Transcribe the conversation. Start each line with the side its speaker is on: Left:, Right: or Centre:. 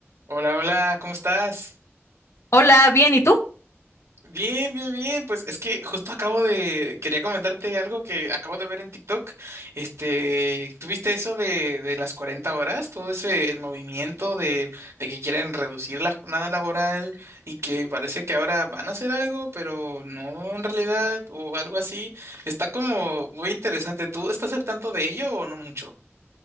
Right: Hola, hola, ¿cómo estás?
Left: Hola, bien, ¿y tú?
Right: Bien, bien, bien. Pues es que justo acabo de, quería comentarte algo que acabo de ver en TikTok. Este, ¿tuviste eso de, de las 40 horas? Todo ese, el movimiento de, de que quieren reducir la jornada laboral y que parece que ahora van a hacer algo, pero no en realidad o algo así. Está como muy interesante. ¿Tú estás al tanto de ello o no mucho?